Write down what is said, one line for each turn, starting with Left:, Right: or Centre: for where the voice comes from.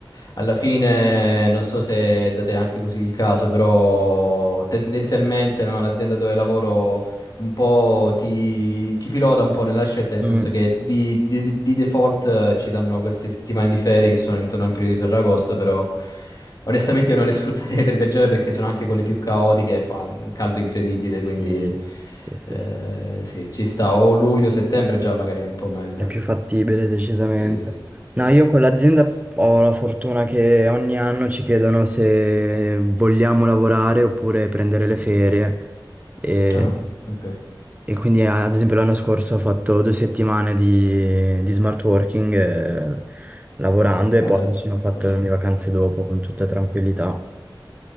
Left: alla fine non so se date anche così il caso, però tendenzialmente no, l'azienda dove lavoro un po' ti, ti pilota un po' nella scelta, nel
Right: Mm.
Left: senso che di, di- di default eh, ci danno queste settimane di ferie che sono intorno al periodo di Ferragosto, però onestamente io non le sfrutterei <laughs> per viaggiare perché sono anche quelle più caotiche, e fa un caldo incredibile, quindi...
Right: Sì, sì, sì,
Left: Eh,
Right: sì.
Left: sì, ci sta. O luglio, settembre già magari è un po' meglio.
Right: È più fattibile decisamente.
Left: Sì, sì, sì, sì.
Right: No, io con l'azienda ho la fortuna che ogni anno ci chiedono se vogliamo lavorare oppure prendere le ferie. E,
Left: Ah, ok.
Right: e quindi, ad esempio, l'anno scorso ho fatto due settimane di, di smart working eh, lavorando e
Left: Ah,
Right: poi
Left: dai,
Right: mi sono fatto
Left: ottimo.
Right: le mie vacanze dopo con tutta tranquillità.